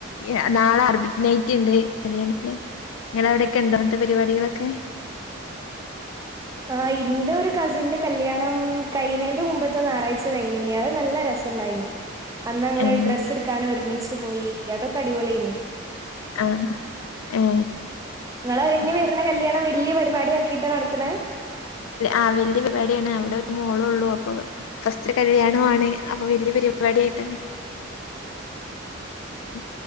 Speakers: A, on the left; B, on the right.
A: യ നാളെ അറബിക് നൈറ്റ് ഇ ണ്ട് <unintelligible> നിങ്ങടെ അവിടൊക്കെ ഉണ്ടോ ഇങ്ങനത്തെ പരിപാടികളൊക്കെ
B: ആ ഇ ന്റെ രു കസിന്റെ കല്യാണം കഴിനെന്റെ മുൻപത്തെ ഞാറാഴ്ച്ച കഴിഞീന്നേ അത് നല്ല രസണ്ടായിന്നു അന്നങ്ങള്
A: ഏഹ്
B: ഡ്രസ്സ്‌ ട് ക്കാൻ ഒരുമിച്ചു പോയി യാതോ ക്കെ അടിപൊളീ ന്
A: ആഹ ഏ
B: നിങ്ങള് ഇനി
A: <unintelligible>
B: വരുന്ന കല്യാണം വലിയ പരിപാടി ആക്കിയിട്ടാ നടത്തണേ
A: ആ വല്യ പരിപാടി ആണ് അവിടെ ഒരു മോൾ ഒള്ളൂ ഫസ്റ്റ് പരിപാടി ആണ് അപ്പൊ വല്ല്യ പരിപാടി ആയിട്ടാണ്
B: <unintelligible>
A: ഉ